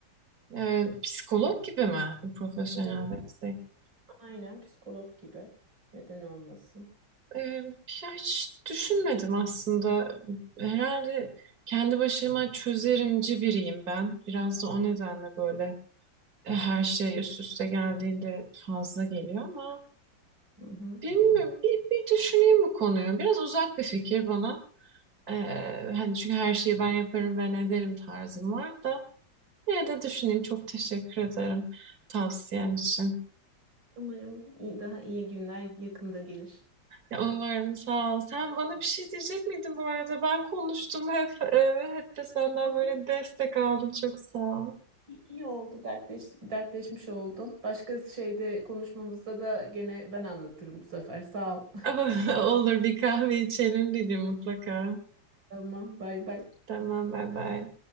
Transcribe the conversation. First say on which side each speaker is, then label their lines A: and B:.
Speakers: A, on the right (about 50°); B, on the right (about 85°).
A: Ee, psikolog gibi mi profesyonel
B: evet
A: destek?
B: aynen psikolog gibi. Neden olmasın?
A: Ee, ya hiç düşünmedim aslında. Herhalde kendi başıma çözerimci biriyim ben. Biraz da o nedenle böyle e, her şey üst üste geldiğinde fazla geliyor ama
B: Hı hı.
A: bilmiyorum. Bir, bir düşüneyim bu konuyu. Biraz uzak bir fikir bana. Ee, hani çünkü her şeyi ben yaparım, ben ederim tarzım var da. Yine de düşüneyim. Çok teşekkür ederim tavsiyen için.
B: Umarım iyi, daha iyi günler yakında gelir.
A: Ya Umarım sağ ol. Sen bana bir şey diyecek miydin bu arada? Ben konuştum hep e, ve hep de senden
B: Olur.
A: böyle destek aldım. Çok sağ ol.
B: İyi iyi oldu dertleş, dertleşmiş oldun. Başka şeyde konuşmamızda da gene ben anlatırım bu sefer. Sağ ol. <laughs>
A: <laughs> Olur bir kahve içelim bir gün mutlaka.
B: Tamam, bay bay.
A: Tamam bay bay.